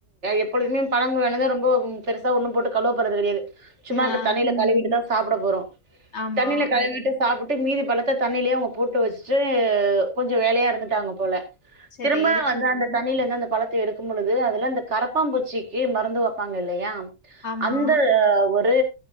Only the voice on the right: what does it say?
எப்பொழுதுமே பழங்கள் வாங்கிட்டு வந்தா ரொம்ப பெருசா ஒன்னு போட்டு கழுவ போறது கெடையாது சும்மா அதுக்
தண்ணில கழுவிட்டுதா சாப்ட போறோ
தண்ணில கழுவிட்டு சாப்புட்டு மீதி பழத்த தண்ணிலே அவங்க போட்டு வச்சுட்டு கொஞ்ச வேலையா இருந்துட்டாங்க போல
திரும்ப வந் வந்து அந்த தண்ணில இருந்து அந்த பழத்த எடுக்கும் பொழுது அதுல அந்த கரப்பாம்பூச்சிக்கு மருந்து வெப்பாங்க இல்லையா
அந்த ஒரு